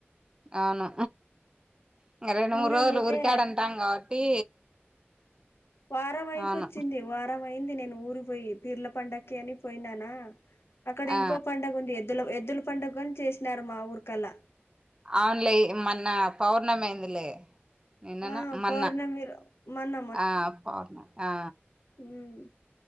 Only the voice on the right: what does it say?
అవును ఇంక రెండు మూడు
రోజులు
ఊరికాడ ఉంటాం కాబట్టి
అవును
ఆ
అవున్లే ఈ మన్న పౌర్ణమైందిలే నిన్నన్న
మన్న
ఆ పౌర్ణమి ఆ